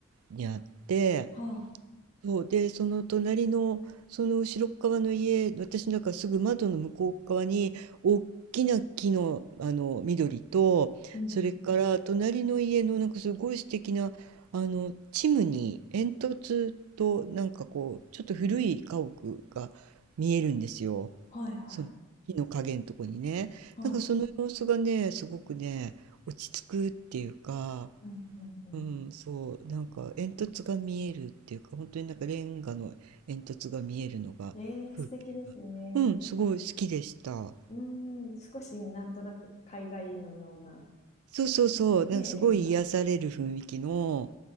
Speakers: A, on the right (about 80°); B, on the left (about 30°).
A: にあって、
B: は
A: そうでその隣のその後ろっ側の家私なんかすぐ窓の向こう側に大きな木の、あの緑とそれから隣の家のなんかすごい素敵なあのチムニー煙突となんかこうちょっと古い家屋が見えるんですよ
B: い。うんうんはいはい。
A: その木の影のとこにねなんかその様子がねすごくね落ち着くっていうか
B: はあ、うんうん
A: うん、そう、なんか煙突が見えるっていうか、本当になんかレンガの煙突が見えるのが、
B: うん。えー素敵ですね。
A: 風景が。うん、すごい好きでした。
B: うーん、少しなんとなく海外のような、
A: そうそうそう、
B: うんね、
A: なんかすごい癒される雰囲気の、
B: レンガ。